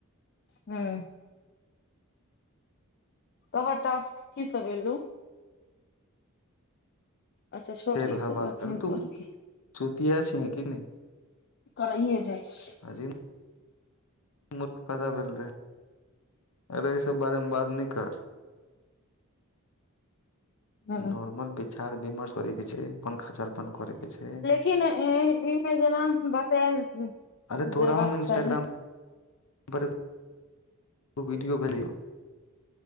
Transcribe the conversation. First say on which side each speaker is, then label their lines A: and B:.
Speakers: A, on the left; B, on the left.
A: हूंम्म तोहर टास्क की सब एलौ अच्छा छोर
B: फेर
A: ई
B: वएह
A: सब बात
B: अरे
A: नै
B: तू
A: करैके हय
B: चुतिया छी कि नहि
A: करैए जाइ छै
B: अजीब मूर्ख पदा भेल रहे अरे ई सब बारम बार नै कर
A: हूं
B: नॉर्मल विचार विमर्श करे के छै कोन खचर पन करे के छै
A: के नै एंह इमे जेना बतायल
B: अरे तोरा
A: जेबाक
B: हम इन्टाग्राम
A: चाही
B: पर <unintelligible> ओ वीडियो भेलियौ